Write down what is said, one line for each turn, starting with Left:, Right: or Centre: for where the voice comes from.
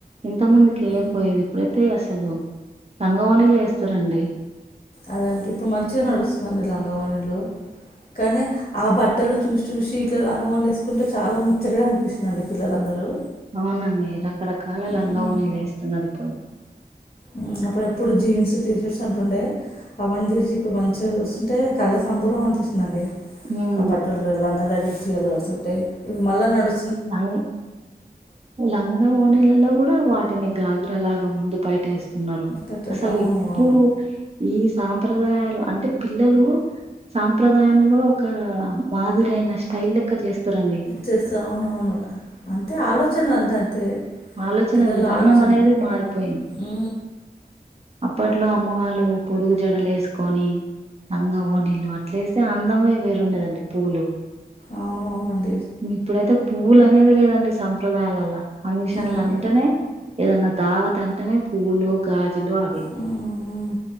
Right: ఇంత ముందుకి వేయకపోయేది
Left: ఉమ్.
Right: ఇప్పుడైతే అసలు లంగవోణిలు వేస్తారండి
Left: అదే అంటే ఇప్పుడు మంచిగా నడుస్తుంది అండి లంగా ఓణీలు కానీ ఆ బట్టలు చూసి చూసి పిల్లలు లంగా ఓణీలు వేసుకుంటే చాల ముచ్చటగా అనిపిస్తుందిండి పిల్లలందరూ
Right: అవునండి రకరకాల లంగా
Left: ఉమ్,
Right: ఓణీలు వేస్తున్నారు ఇప్పుడు
Left: ఉమ్, అప్పుడు ఎప్పుడు జీన్స్ టీ షర్ట్స్ అంటుండే అవన్నీ తీసి ఇప్పుడు మంచిగా చూస్తుంటే కళ్ళ సంభూరం అనిపి నండి
Right: ఉమ్
Left: ఆ బట్టలు లంగా జాకిట్లు చీరాలు కడుతుంటే ఇవి మళ్ళా నడు
Right: లంగ్ లంగా ఓణిలలో కూడా వాటి వాటిని గగ్ర లాగా ముందు పైట వేస్త స్తున్నారు
Left: పెట్టేసి
Right: అసలు
Left: అవును
Right: ఇప్పుడు
Left: అవును
Right: ఈ సాంప్రదాయాలు అంటే పిల్లలు సాంప్రదాయాన్ని కూడా ఒక మదిరైన స్టైల్ లెక్క చేస్తరండి
Left: చేస్తా అవును అవును అంతే ఆలోచనలు అంతే అంతే
Right: ఆలోచన
Left: పిల్లల
Right: విధానం
Left: ఆలోచనలు
Right: అనేది మారిపోయింది
Left: ఊ
Right: అప్పట్లో అమ్మ వాళ్ళు పొడుగు జడలు వేసుకొని లంగా ఓణీలు అట్లస్తే అందమే వేరుండేదండి పూలు
Left: అవునవును అండి
Right: ఇప్పుడైతే పువ్వులు అనేది లేదండి సంప్రదాయాలల్లా పంక్షన్లు
Left: అవును
Right: అంటేనే ఏదన్నా దావత్ అంటేనే పూలు గాజులు అవి
Left: మ్మ్